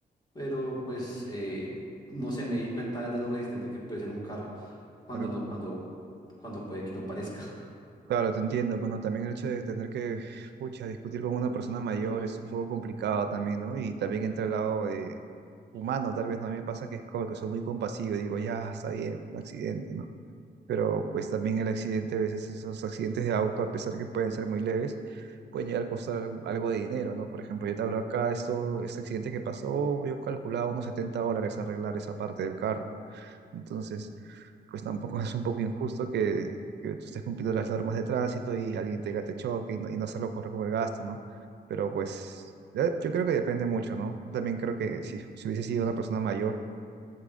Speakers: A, on the left; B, on the right.
A: pero, pues, eh, no sé, me di cuenta de lo resistente que puede ser un carro cuando
B: Claro,
A: no, cuando, cuando puede que no parezca.
B: claro, te entiendo. Bueno, también el hecho de tener que, pucha, discutir con una persona mayor es un poco complicado también, ¿no? Y también entra el lado de humano, tal vez, ¿no? A mí me pasa que es como que soy muy compasivo y digo, ya, está bien, fue un accidente, ¿no? pero pues también el accidente, a veces esos accidentes de auto, a pesar que pueden ser muy leves, pueden llegar a costar algo algo de dinero, ¿no? Por ejemplo, yo te hablo acá, esto, este accidente que pasó, yo calculaba unos 70 dólares arreglar esa parte del carro. Entonces, pues tampoco es un poco injusto que, que tú estés cumpliendo las normas de tránsito y alguien te, te choque y no, y no hacerlo correr con el gasto, ¿no? Pero pues... ya- Yo creo que depende mucho, ¿no? Yo También creo que si, si hubiese sido una persona mayor,